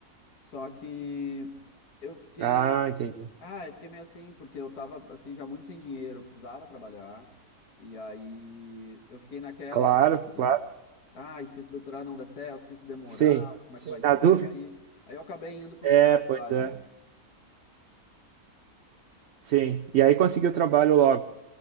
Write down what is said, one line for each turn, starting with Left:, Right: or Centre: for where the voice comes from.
Left: Só que eu fiquei,
Right: Ah, entendi.
Left: ah, eu fiquei meio assim, porque eu tava, assim, já muito sem dinheiro, eu precisava trabalhar. E aí eu fiquei naquela,
Right: Claro,
Left: sabe?
Right: claro.
Left: Ah, e se esse doutorado não der certo, se isso demorar,
Right: Sim,
Left: como
Right: sim,
Left: é que vai
Right: na
Left: ser?
Right: dúvida.
Left: Aí, aí eu acabei indo pro
Right: É,
Left: visto de
Right: pois
Left: trabalho
Right: é. Sim. E aí conseguiu trabalho logo.